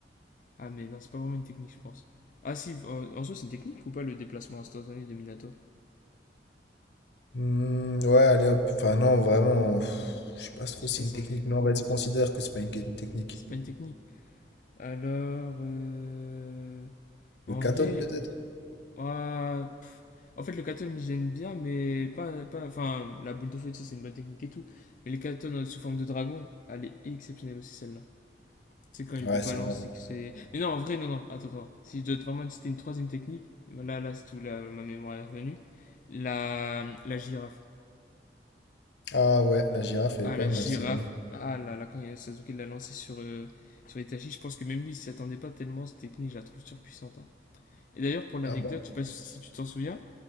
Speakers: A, on the left; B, on the left.
A: Ah mais non, c'est pas vraiment une technique, je pense. Ah si, en, en soi c'est une technique ou pas le déplacement instantané de Minato?
B: Hmm, ouais, allez hop. Enfin, non, vraiment, pff, je sais pas trop
A: Je sais
B: si
A: pas
B: c'est
A: si
B: une
A: c'en
B: technique.
A: est une.
B: Non, vas-y, considère que c'est pas une que- une technique.
A: C'est pas une technique. Alors... euh, bon,
B: Le
A: en
B: katon
A: vrai...
B: peut-être?
A: ah, En fait, le katon, j'aime bien, mais pas, pas. Enfin, la boule de feu, tu sais, c'est une bonne technique et tout. Mais le katon euh, sous forme de dragon, elle est exceptionnelle aussi, celle-là. Tu sais, quand il
B: Ouais,
A: le balance,
B: c'est vrai.
A: c'est que c'est. Mais non, en vrai, non, non, attends, attends. Si je dois vraiment citer une troisième technique, là, là, c'est tout, là, ma mémoire est revenue. La, la girafe.
B: Ah ouais, la girafe, elle
A: Ah,
B: est pas
A: la
B: mal,
A: girafe.
B: c'est vrai.
A: Ah là là, quand Sasuke l'a lancé sur, euh, sur Itachi, je pense que même lui, il s'y attendait pas tellement. Cette technique, je la trouve surpuissante. hein. Et d'ailleurs, pour l'anecdote,
B: Ah bah.
A: je sais pas si si tu t'en souviens.